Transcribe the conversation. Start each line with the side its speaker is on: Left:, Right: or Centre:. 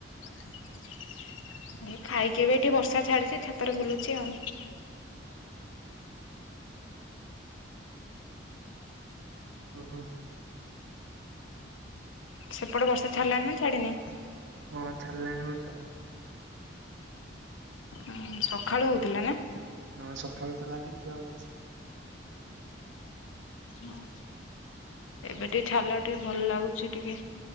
Left: ଏଇ ଖାଇକି ଏବେ ଟିକେ ବର୍ଷା ଛାଡିଛି ଛାତରେ ବୁଲୁଛି ଆଉ।
Right: ଓହୋ।
Left: ସେ ପଟେ ବର୍ଷା ଛାଡ଼ିଲାଣି ନା ଛାଡ଼ିନି।
Right: ହଁ ଛାଡିଲାଣି ବର୍ଷା।
Left: ହଁ ସଖାଳୁ ହେଉଥିଲା ନା।
Right: ହଁ ସକାଳୁ ତ ଲାଗିଚି ଆଉ।
Left: ହଁ ଏବେ ଟିକେ ଛାଡ଼ିଲା ଟିକେ ଭଲ ଲାଗୁଛି ଟିକେ